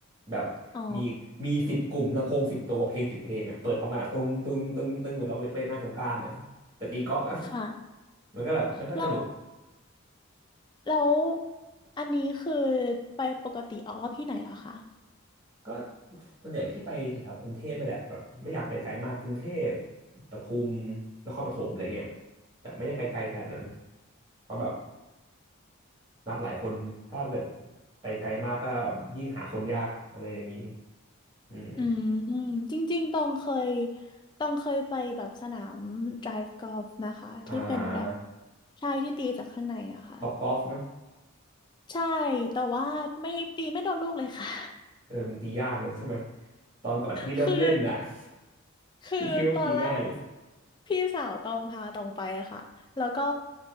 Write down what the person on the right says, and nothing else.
แบบ
มีมีสิบกลุ่มลำโพงสิบตัวเพลงสิบเพลงอ่ะเปิดพร้อมกันอ่ะตึ้งตึ้งตึ้งตึ้งเหมือนเราไปไปงานสงกรานต์นะแต่ตีกอล์ฟอะ
<laughs> มันก็แบบไม่ค่อยสนุก
ก็ส่วนใหญ่พี่ไปแถวๆกรุงเทพไม่แหละแบบไม่อยากไปไกลมากกรุงเทพปทุมนครปฐมอะไรเงี้ยแบบไม่ได้ไปไกลขนาดนั้นเพราะแบบนัดหลายคนถ้าเกิดไปไกลมากก็ยิ่งหาคนยากอะไรอย่างนี้อืม
อ่า
ท็อปกอล์ฟไหม
เออมันตียากเนอะใช่ไหมตอนก่อนพี่เริ่มเล่นน่ะ
<laughs>
พี่คิดว่ามันตีง่าย